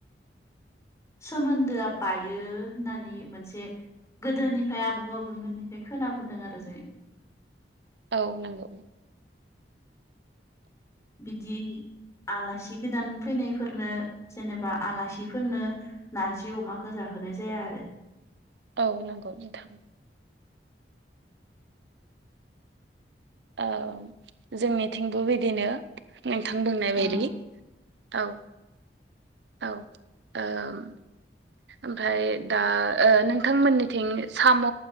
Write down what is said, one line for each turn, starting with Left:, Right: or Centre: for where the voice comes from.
Left: सोमोन्दोआ बायो होननानै मोनसे गोदोनिफ्राय आबौ आबौमोननिफ्राय खोनाबोदों आरो जोङो।
Right: औ नंगौ
Left: बिदि आलासि गोदान फैनायफोरनो जेनेबा आलासिफोरनो नारजि अमाखौ जाहो होनाय जाया आरो
Right: औ नंगौ नोंथां औ जोंनिथिंबो बिदिनो नोंथां बुंनाय बायदि
Left: ओ
Right: औ औ ओम ओमफाय दा ओ नोंथांमोननिथिं साम'